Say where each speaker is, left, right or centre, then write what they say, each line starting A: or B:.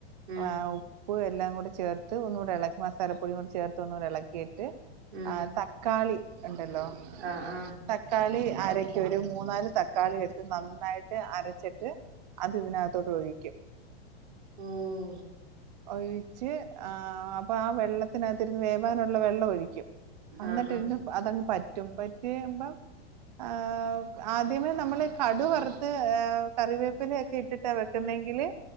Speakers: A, on the right; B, on the right.
A: ഉം
B: <unintelligible> ഉപ്പ്, എല്ലാം കൂടി ചേർത്ത് ഒന്നുകൂടി ഇളക്കി മസാല പൊടിയും കൂടി ചേർത്ത് ഒന്നൂടെ ഇളക്കി
A: ഉം
B: ആ തക്കാളി ട്ടല്ലൊ
A: ആ ആ
B: തക്കാളി അരക്കൊരു മൂന്നാല് തക്കാളി എട്ത്ത് നന്നായിട്ട് അരച്ചിട്ട് അത് ഇതിനകത്തോട്ട് ഒഴിക്കും
A: ഉം
B: ഒഴിച്ച് ആ അപ്പൊ ആ വെള്ളത്തിനകത്തിര്ന്ന് വേവാനുള്ള വെള്ള ള്ളം ഒഴിക്കും അന്നട്ട്
A: ആ ആ
B: ഇര്ന്ന് അതങ്ങ് പാ റ്റും പറ്റി കഴിമ്പം ആ ആദ്യമേ നമ്മൾ കടുവറുത്ത് ഏ കറിവേപ്പിലെക്കെ ഇട്ടിട്ടാ വെക്കുന്നെങ്കില്